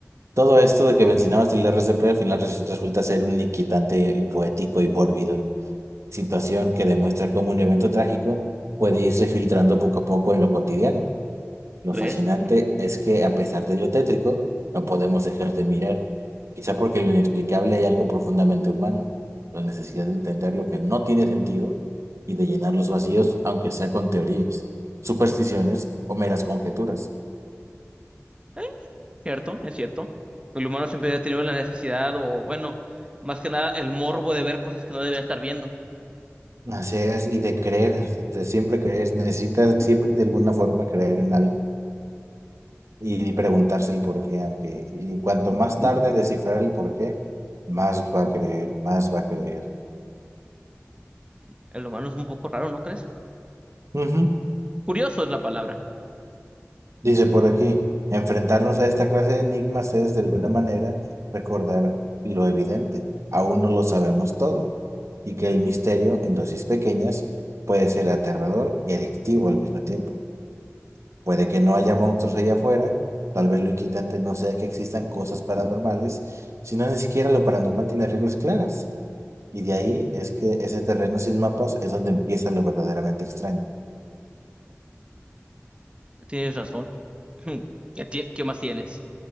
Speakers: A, on the right; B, on the right.
A: todo esto de que mencionabas del R C P al final res- resulta ser un inquietante y poético y mórbido situación que demuestra cómo un evento trágico puede irse filtrando poco a poco en lo cotidiano Lo
B: ¿Crees?
A: fascinante es que, a pesar de lo tétrico, no podemos dejar de mirar, quizá porque en lo inexplicable hay algo profundamente humano, la necesidad de entender lo que no tiene sentido y de llenar los vacíos, aunque sea con teorías, supersticiones o meras conjeturas.
B: Eh, cierto, es cierto. El humano siempre ha tenido la necesidad, o bueno, más que nada el morbo de ver cosas que no debería estar viendo.
A: Así es, y de creer, de siempre creer, necesitas siempre de alguna forma creer en algo y preguntarse el por qué, aunque y cuanto más tarde en descifrar el por qué, más va a creer, más va a creer.
B: El humano es un poco raro, ¿no crees?
A: Ujú.
B: Curioso es la palabra.
A: Dice por aquí, enfrentarnos a esta clase de enigmas es de alguna manera recordar lo evidente. Aún no lo sabemos todo y que el misterio en dosis pequeñas puede ser aterrador y adictivo al mismo tiempo. Puede que no haya monstruos allá afuera, tal vez lo inquietante no sea que existan cosas paranormales, sino ni siquiera lo paranormal tiene reglas claras. Y de ahí es que ese terreno sin mapas es donde empieza lo verdaderamente extraño.
B: Tienes razón. <laughs> ¿Qué, ti- qué más tienes?